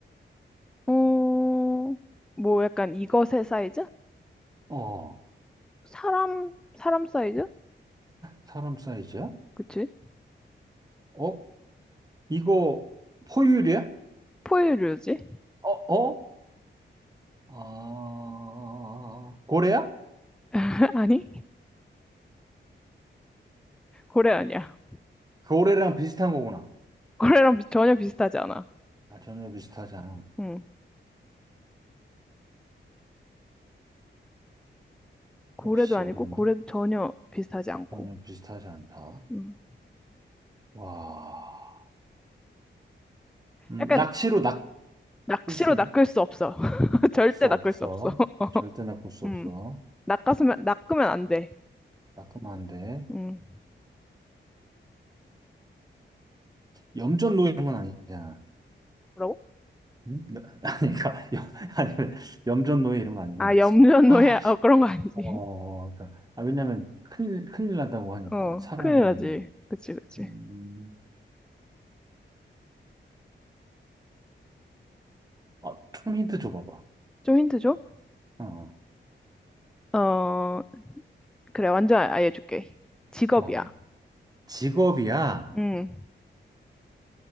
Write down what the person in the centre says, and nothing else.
어, 뭐 약간 이것의 사이즈?
사람 사람 사이즈?
그치?
포유류지?
<laughs> 아니 고래 아니야.
고래랑 비- 전혀 비슷하지 않아.
응. 고래도
아니고
고래도 전혀 비슷하지 않고.
음.
약간
낚시로
낚을 수 없어. <laughs>
절대 낚을
수 없어. <laughs>
음.
낚았으면, 낚으면 안 돼.
음.
뭐라고?
아, 염전노예?
어, 그런 거 아니지.
<laughs> 어,
큰일 나지.
그치, 그치.
좀 힌트 줘?
어, 그래, 완전 아예 줄게. 직업이야.
음,